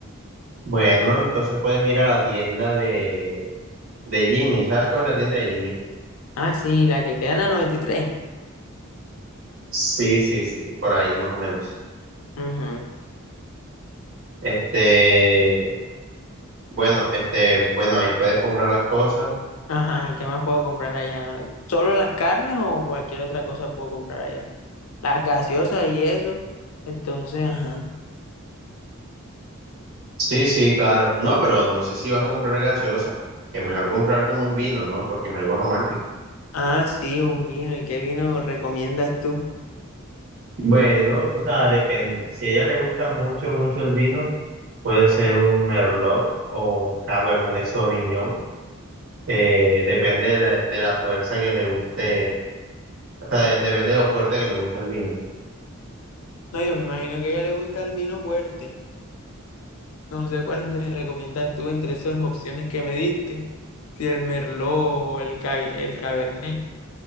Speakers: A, on the right; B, on the left.
A: Bueno, entonces puedes ir a la tienda de De Jimmy, ¿sabes cuál es la tienda de Jimmy?
B: Ah, sí, la que queda en la noventa y tres
A: Sí, sí, sí, por ahí más o menos.
B: Ujú.
A: Este, bueno, este, bueno, ahí puedes comprar las cosas.
B: Ajá, ¿y ¿qué más puedo comprar allá? ¿Solo las carnes o cualquier otra cosa puedo comprar allá? Las gaseosas y eso. Entonces, ajá.
A: Sí, sí, claro. No, pero no sé si vas a comprar gaseosa. Es mejor comprar como un vino, ¿no? Porque es algo romántico.
B: Ah, sí, un vino. ¿Y qué vino recomiendas tú?
A: Bueno, o sea, depende. Si a ella le gusta mucho, mucho el vino, puede ser un Merlot o un Cabernet Sauvignon. Eh, depende de la, de la fuerza que le guste, o sea, de- depende de lo fuerte que le guste el vino.
B: No, yo me imagino que a ella le gusta el vino fuerte. No sé cuál me recomiendas tú entre esas opciones que me diste. Si el Merlot o el, ca- el Cabernet.